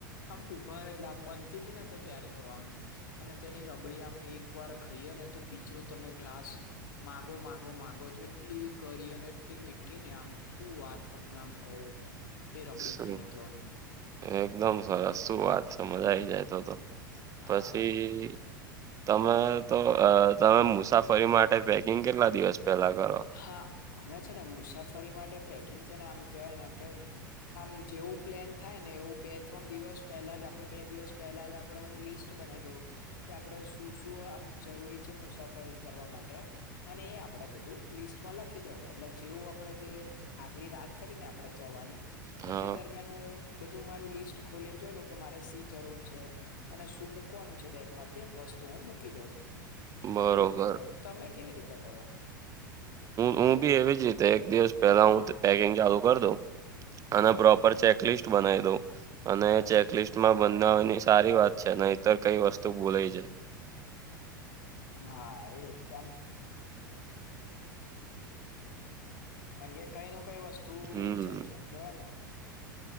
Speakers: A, on the left; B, on the right.
A: આમ ઉભા રહેલા બનતી ત ને તો ત્યારે તો આમ. અને તેની રબડી આમ એક વાર ખાઈએ ને તો બીજો તમે ગ્લાસ માગો માગો માગો જ એટલી ગરી અને એટલી મીઠી ને આમ શું વાત તમને આમ કહું એ રબડી
B: શું
A: ખાઈને તો એમ.
B: એકદમ સરસ શું વાત છે મજા આવી જાય તો તો.
A: હા
B: પછી તમે તો અહ તમે મુસાફરી માટે પે કિંગ કેટલા દિવસ પેલા કરો?
A: હા, અમે છે ને મુસાફરી માટે પેકિંગ છે ને આમ કેવાય ને કે આમ જેવું પ્લેન થાય ને એવું બે ત્રણ દિવસ પહેલા જ આપડે બે દિવસ પહેલા જ આપડે હું લિસ ટ બનાઈ દઉં. કે આપડે શું શું આમ જરૂરી છે મુસાફરી કરવા માટે અને એ આપડે બધું લિસ્ટમાં લખી દઉ એટલે જેવું આપડે જે આગલી રાત કરીને આપડે જવાની તો
B: હા
A: તે દરમિયાન હું બધું મારું લિસ્ટ ખોલીને જોઈ લઉં કે મારે સી જરૂર છે. અને શું મૂકવાનું છે બેગમાં તે વસ્તુ હું મૂકી દઉં.
B: બરોબર
A: એવી રીતે કરો. તમે કેવી રીતે કરો?
B: હું બી એવી જ રીતે એક દિવસ પહેલા હું પેકિંગ ચાલુ કરી દઉં અને પ્રોપર ચેકલિસ્ટ બનાવી દવ અને ચેકલિસ્ટમાં બનાવવાની સારી વાત છે અને તર કઈ વસ્તુ ભોલે જાય.
A: હા એ ચમ <inaudible> અે કઈ નું કઈ વસ્તુ
B: હમ
A: રહી જ જાય છે એમ કેવાય એમ